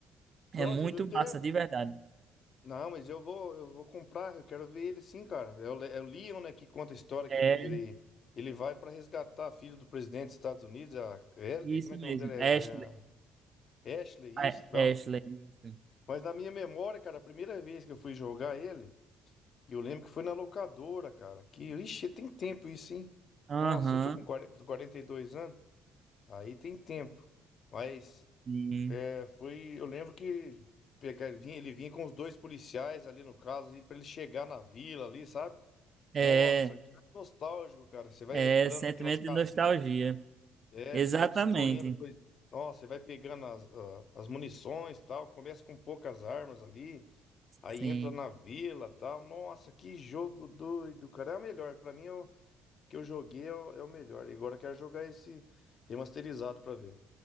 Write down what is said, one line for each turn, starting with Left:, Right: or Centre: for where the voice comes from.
Right: É
Left: Nossa,
Right: muito
Left: eu até.
Right: massa, de verdade.
Left: Não, mas eu vou, eu vou comprar, eu quero ver ele sim, cara. É o, Le- é o Leon, né, que conta a história que
Right: É
Left: ele, ele, ele vai pra resgatar a filha do presidente dos Estados Unidos, a, El-
Right: isso
Left: é, como é que
Right: mesmo.
Left: é o nome dela?
Right: Ashley.
Left: É, é a Ashley,
Right: É,
Left: isso,
Right: Ashley, isso.
Left: Mas na minha memória, cara, a primeira vez que eu fui jogar ele, eu lembro que foi na locadora, cara. Que, ixi, tem tempo isso, hein?
Right: Aham,
Left: Nossa, eu tô com quarenta quarenta e dois anos, aí tem tempo. Mas
Right: sim.
Left: é, foi, eu lembro que pegar, vinha, ele vinha com os dois policiais ali no caso, assim, para ele chegar na vila ali, sabe?
Right: É,
Left: Nossa, que nostálgico, cara. Você vai
Right: é
Left: entrando
Right: sentimento
Left: naquelas casinhas,
Right: de nostalgia.
Left: é,
Right: Exatamente.
Left: você vai destruindo coisa. Nossa, você vai pegando as, a- as munições e tal, começa com poucas armas ali. Aí
Right: Sim.
Left: entra na vila, tal. Nossa, que jogo doido, cara. É o melhor. Pra mim, é o que eu joguei é o, é o melhor. E agora eu quero jogar esse remasterizado pra ver.